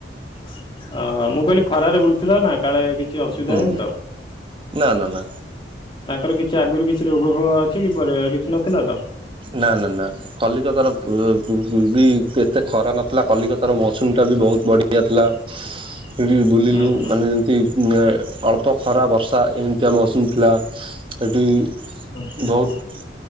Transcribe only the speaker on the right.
ହୁଁ
ନା ନା ନା
ନା ନା ନା। କଲିକତାର ବ ବି ଏତେ ଖରା ନଥିଲା, କଲିକତାର ମୌସୁମୀଟା ବି ବହୁତ ବଢ଼ିଆ ଥିଲା।
ସେଠି ବୁଲିଲୁ,
ମାନେ ଯେମିତି ଅଳ୍ ତ ଖରା ବର୍ଷା ଏମିତିଆ ମୌସୁମୀ ଥିଲା, ସେଠି
ବହୁତ୍